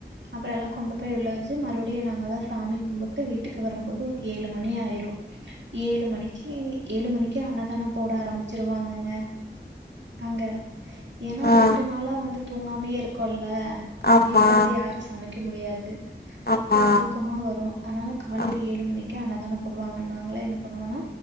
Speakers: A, on the right (about 85°); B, on the left (about 60°).
A: அப்றோ எல்லா கொண்டு போய் உள்ள வச்சி மறுபடியு நாங்கல்லா சாமி கும்பிட்டு வீட்டுக்கு வரும்போது ஒரு ஏழு மணி ஆயிரு ஏழு மணிக்கி ஏழு மணிக்கு அன்னதானம் போட ஆரம்பிச்சிருவாங்கங்க அங்க ஏன்னா
B: ஆ
A: ரெண்டு நாளா வந்து தூங்காமே இருக்கோல்ல
B: ஆமா
A: வீட்ல வந்து யாரு சமைக்க முடியாது
B: ஆமா
A: அப்றோ தூக்கமா வரு அனால காலையில
B: ஆ
A: ஏழு மணிக்கு அன்னதானம் போடுவாங்க நாங்கள என்ன பண்ணுவோனா